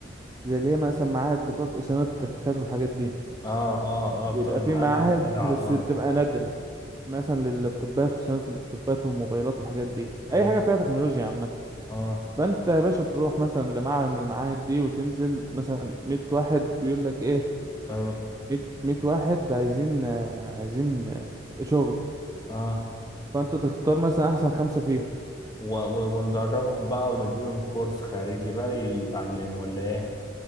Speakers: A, on the right; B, on the left.
A: زي اللي هي مثلا معاهد بتوع صيانة التكييفات والحاجات دي
B: اه اه
A: بيبقى
B: اه بطول الميعاد
A: في معاهد
B: دول صيع
A: بس
B: اه
A: بتبقى نادرة مثلا لللابتوبات وصيانة اللابتوبات والموبايلات والحاجات دي
B: حلو
A: أي حاجة فيها تكنولوجيا عامة
B: اه
A: فأنت يا باشا تروح مثلا لمعهد من المعاهد دي وتنزل مثلا مية واحد بيقول لك إيه
B: ايه
A: مية مية واحد عايزين آه، عايزين آه، شغل
B: اه
A: فأنت تختار مثلا أحسن خمسة فيهم
B: و- و- وندربهم بقى ونديلهم كورس خارجي بقى يتعلموا ولا ايه